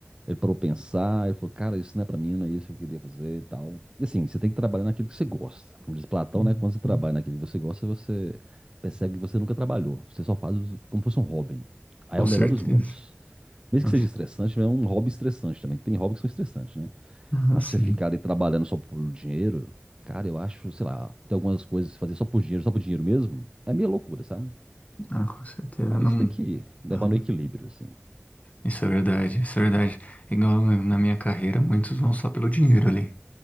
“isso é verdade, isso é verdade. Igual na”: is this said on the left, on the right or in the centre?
Left